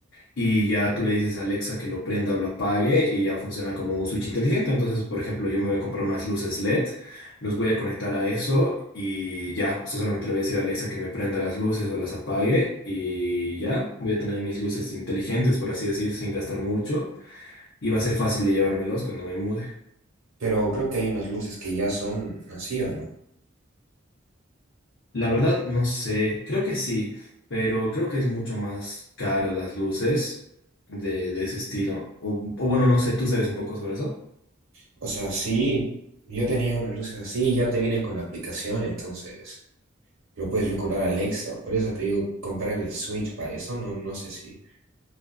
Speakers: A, on the left; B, on the right.
A: Y ya tú le dices a Alexa que lo prenda o lo apague y ya funciona como un switch inteligente. Entonces, por ejemplo, yo me voy a comprar unas luces LED, los voy a conectar a eso y ya, o sea, solamente le voy a decir a Alexa que me prenda las luces o las apague y ya, voy a tener mis luces inteligentes, por así decir, sin gastar mucho y va a ser fácil de llevármelos cuando me mude.
B: Pero creo que hay unas luces que ya son así, ¿o no?
A: La verdad, no sé, creo que sí, pero creo que es mucho más cara las luces de, de ese estilo. O, o bueno, no sé, ¿tú sabes un poco sobre eso?
B: O sea, sí, yo tenía unas luces así, ya te vienen con la aplicación, entonces lo puedes vincular a Alexa. Por eso te digo, comprar el Switch para eso, no, no sé si,